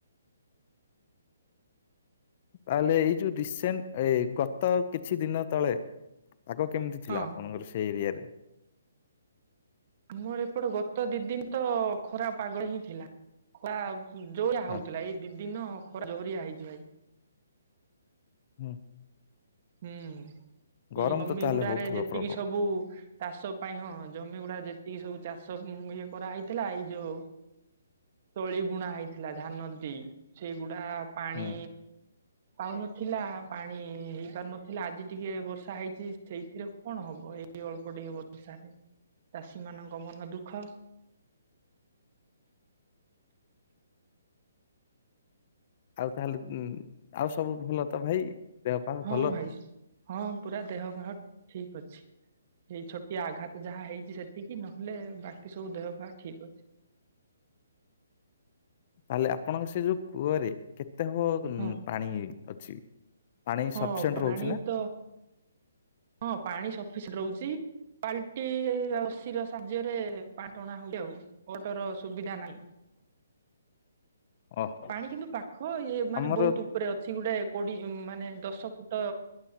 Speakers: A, on the left; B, on the right.
A: ତାହେଲେ ଏଇ ଯୋଉ ରିସେଣ୍ଟ ଏ ଗତ କିଛି ଦିନ ତଳେ। ପାଗ ‌କେମିତି ଥିଲା
B: ହଁ
A: ଆପଣଙ୍କର ସେଇ ଏରିଆରେ।
B: ଆମର ଏପଟେ ଗତ ଦି ଦିନ ତ ଖରା ପାଗ ହିଁ ଥିଲା। ଖରା ଜୋରିଆ ହଉଥିଲା
A: ହଁ
B: ଏଇ ଦି ଦିନ ଖରା ଜୋରିଆ ହେଇଛି ଭାଇ।
A: ହୁଁ।
B: ହୁଁ
A: ଗରମ
B: ଏଇ ଜମି
A: ତ ତାହେଲେ
B: ଗୁଡାରେ
A: ହଉଥିବ
B: ଯେତିକି
A: ପ୍ରବଳ
B: ସବୁ। ଚାଷ ପାଇଁ ହଁ ଜମି ଗୁଡା ଯେତିକି ସବୁ ଚାଷ ଇଏ କରା ହେଇଥିଲା ଏଇ ଯୋଉ। ତଳି ବୁଣା ହେଇଥିଲା ଧାନ ଦୀ ସେଗୁଡା। ପାଣି
A: ହୁଁ
B: ପାଉନଥିଲା ପାଣି ହେଇ। ପାରୁ ନଥିଲା ଆଜି ଟିକେ ବର୍ଷା ହେଇଛି ସେଇଥିରେ କଣ ହବ ଏଇ ଅଳ୍ପ ଟିକେ ବର୍ଷାରେ। ଚାଷୀ ମାନଙ୍କ ମନ ଦୁଃଖ।
A: ଆଉ ତାହେଲେ ଉଁ ଆଉ ସବୁ ଭଲ ତ ଭାଇ। ଦେହ ପା
B: ହଁ
A: ଭଲ
B: ଭାଇ ହଁ ପୁରା ଦେହ ପାହ ଠିକ ଅଛି। ଏଇ ଛୋଟିଆ ଆଘାତ ଯାହା ହେଇଛି ସେତିକି ନହେଲେ ବାକି ସବୁ ଦେହ ପାହା ଠିକ ଅଛି।
A: ତାହେଲେ ଆପଣଙ୍କ ସେ ଯୋଉ କୂଅରେ କେତେ ହବ ଉଁ
B: ହଁ
A: ପାଣି ଅଛି। ପାଣି
B: ହଁ
A: ସଫିସେଣ୍ଟ
B: ପାଣି
A: ରହୁଛି ନା।
B: ତ ହଁ ପାଣି ସଫିସେଟ୍ ରହୁଛି ବାଲଟି ଆଉ ରସି ର ସାହାଯ୍ୟରେ। ରେ ପାଣି ଟଣା ହଉଛି ଆଉ ମଟୋର ସୁବିଧା ନାହିଁ।
A: ଓହ
B: ପାଣି କିନ୍ତୁ ପାଖ ଇଏ ମାନେ
A: ଆମର
B: ବହୁତୁ। ଉପରେ ଅଛି ଗୋଟେ କୋଡି ମାନେ ଦଶ ଫୁଟ